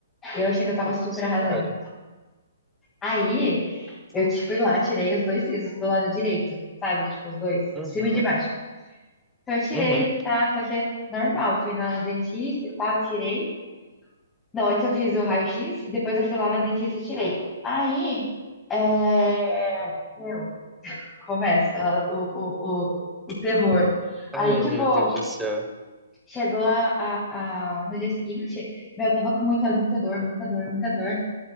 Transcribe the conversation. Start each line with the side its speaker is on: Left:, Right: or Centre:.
Left: Eu achei que eu tava
Centre: Que
Left: super
Centre: isso,
Left: arrasando.
Centre: cara?
Left: Aí, eu te fui lá, tirei os dois sisos do lado direito, sabe? Tipo, os dois,
Centre: Uhum,
Left: de cima e de baixo. Então eu tirei,
Centre: uhum.
Left: tá? Só que é normal. Fui na dentista e tal, tirei. Não, antes eu fiz o raio-x e depois eu fui lá na dentista e tirei. Aí, é... meu, começa o, o, o, o terror.
Centre: Ai,
Left: Aí, tipo,
Centre: meu Deus do céu.
Left: chegou a, a, a- no dia seguinte, meu, eu tava com muita, muita dor, muita dor, muita dor.